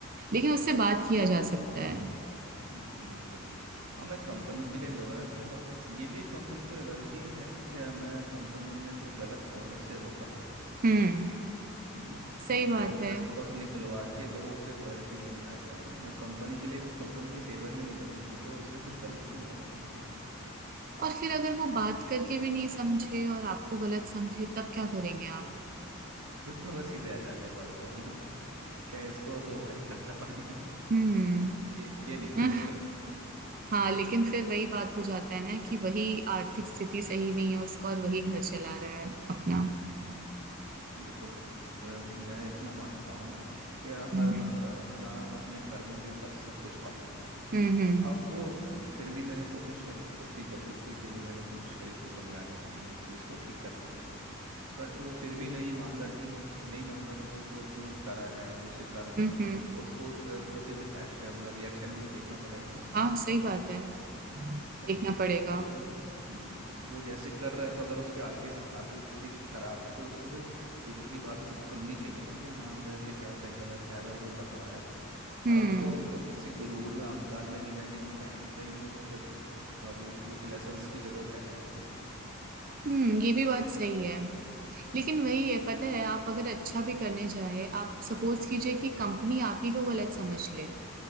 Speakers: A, on the right; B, on the right.
A: लेकिन उससे बात किया जा सकता है
B: हम्म, बिल्कुल हाँ मैं कंपनी के लिए लॉयल हूँ और ये भी कंपनी की लॉयल्टी है कि मैं कंपनी में कुछ गलत होने से रोक रहा हूँ
A: हम्म
B: है ना
A: सही बात
B: जस्ट
A: है
B: बिकॉज निकलवा के लोगों से लॉयल्टी नहीं दिखाई जाती मैं कंपनी के लिए कंपनी के फेवर में ही हूँ अभी भी तो इसमें कुछ गलत नहीं लगता मुझे
A: और फिर अगर वो बात करके भी नहीं समझे और आपको गलत समझे तब क्या करेंगे आप
B: फिर तो मैं सीधे आचार्य के पास जाऊंगा <laughs> क्या इसको दो भाई खर्चा पानी <laughs>
A: हम्म
B: ये ये नहीं सुधरेगा
A: <laughs> हाँ लेकिन फिर वही बात हो जाता है ना कि वही आर्थिक स्थिति सही नहीं है उसका और वही घर चला रहा है अपना
B: देखो अ, मैं इतना मानता हूँ क्या
A: हम्म
B: हर बंदा अपना अपने कर्मों के हिसाब से सब कुछ पाता है
A: हम्म हम्म
B: अब वो, अम, फिर भी मैंने कोशिश करी उसकी गलती थी फिर भी मैंने कोशिश करी उसको समझाने की चीज़ को ठीक करने की बट वो फिर भी नहीं मान रहा लेकिन फिर- नहीं मान रहा तो फिर जो उसने करा है जो उसके कर्म
A: हम्म
B: है उसको उस तरह से तो फिर एक्शन मतलब रिएक्शन भी तो देखना पड़ेगा ना
A: हाँ सही बात है
B: वही
A: देखना पड़ेगा
B: तो वो हम्म वो जैसे कर रहा है तो अगर उसकी आर्थिक आर्थिक स्थिति खराब है तो उसको फिर दूसरों की बात सु, सुननी चाहिए ना कि हाँ मेरे लिए क्या सही गलत है अगर कोई बता रहा है तो और
A: हम्म
B: अगर उसको अभी किसी गुरूर में अहंकार में जीना है कि नहीं मैं ही सही हूँ तो फिर अभी उसको कुछ लेसन्स की ज़रूरत है लाइफ में
A: हम्म ये भी बात सही है लेकिन वही है पता है आप अगर अच्छा भी करने जाए आप सपोज कीजिए कि कंपनी आप ही को गलत समझ ले